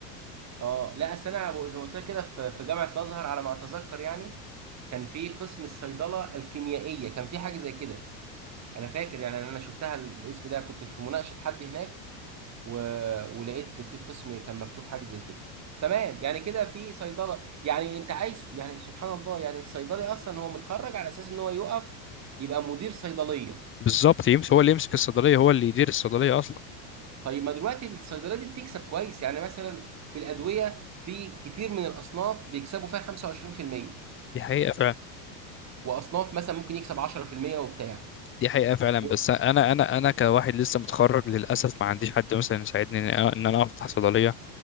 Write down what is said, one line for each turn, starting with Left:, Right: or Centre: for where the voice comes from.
Right: اه لا اصل انا أبو- زي ما قلت لك كده في في جامعه الازهر على ما اتذكر يعني كان في قسم الصيدله الكيميائيه كان في حاجه زي كده انا فاكر يعني انا شفتها الاسم ده كنت في مناقشه حد هناك و... ولقيت في قسم كان مكتوب حاجه زي كده تمام يعني كده في صيدله يعني انت عايز يعني سبحان الله يعني الصيدلي اصلا هو متخرج على اساس ان هو يقف يبقى مدير صيدليه
Left: بالظبط يمسك هو اللي يمسك الصيدلية هو اللي يدير الصيدلية أصلا
Right: طيب ما دلوقتي الصيدليه دي بتكسب كويس يعني مثلا في الادويه في كتير من الاصناف بيكسبوا فيها 25%
Left: دي حقيقة فعلا
Right: واصناف مثلا ممكن يكسب 10% وبتاع
Left: دي حقيقة فعلا
Right: و...
Left: بس أنا أنا أنا كواحد لسه متخرج للأسف ما عنديش حد مثلا يساعدني إن أنا إن أنا أفتح صيدلية